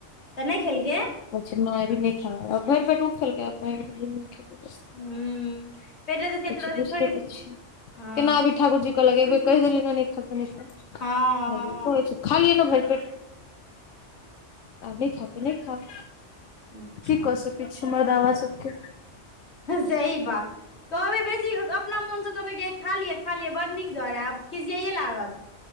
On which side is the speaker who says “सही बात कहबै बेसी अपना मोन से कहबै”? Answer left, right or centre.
Left